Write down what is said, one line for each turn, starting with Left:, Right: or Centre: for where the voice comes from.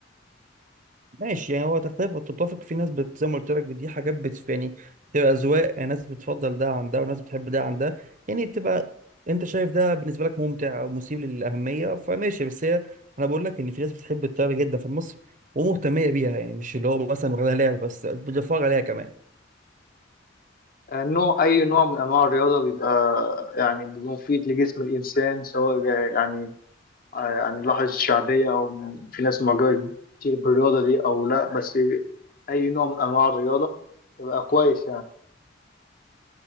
Right: ماشي يعني هو تختلف وتتفق في ناس بت... زي ما قلت لك دي حاجات بت... يعني بتبقى أذواق يعني ناس بتفضل ده عن ده وناس بتحب ده عن ده يعني بتبقى أنت شايف ده بالنسبة لك ممتع أو مثير للأهمية فماشي بس هي أنا بقول لك إن في ناس بتحب الطيارة جدا في مصر ومهتمية بيها يعني مش اللي هو مثلا واخدها لعب بس بتتفرج عليها كمان
Left: آه، نوع أي نوع من أنواع الرياضة بيبقى آه، يعني بيبقى مفيد لجسم الإنسان سواء جا- يعني آه، يعني لاحظ الشعبية أو م- في ناس معجبة كتير بالرياضة دي أو لأ بس أي نوع من أنواع الرياضة بيبقى كويس يعني